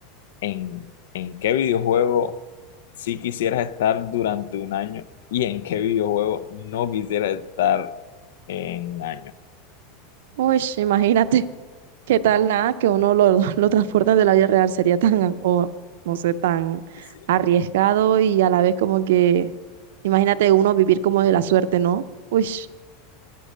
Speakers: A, on the left; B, on the right.
A: en, en qué videojuego sí quisieras estar durante un año y en qué videojuego no quisieras estar en un año.
B: Uy, <laughs> imagínate, qué tal nada que uno lo, <laughs> lo transporta de la vida real sería tan, o no sé, tan
A: Y Sí,
B: arriesgado y a la vez como que, imagínate uno vivir como de la suerte, ¿no? Uy,